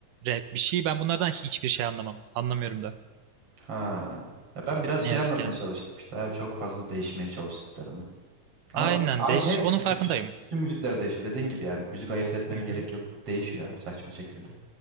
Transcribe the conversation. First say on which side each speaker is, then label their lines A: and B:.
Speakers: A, on the right (about 70°); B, on the right (about 40°).
A: rap bir şey ben bunlardan hiçbir şey anlamam. Anlamıyorum da.
B: Ha. Ya ben biraz
A: Ne
B: şey
A: yazık
B: anlatmaya
A: ki.
B: çalıştım işte abi çok fazla değişmeye çalıştıklarını. Ama
A: Aynen
B: ay
A: değiş
B: hepsi
A: onun farkındayım.
B: bütün bütün müzikler değişiyor. Dediğin gibi yani müzik ayırt etmeme
A: Hı hı.
B: gerek yok. Değişiyor abi saçma şekilde.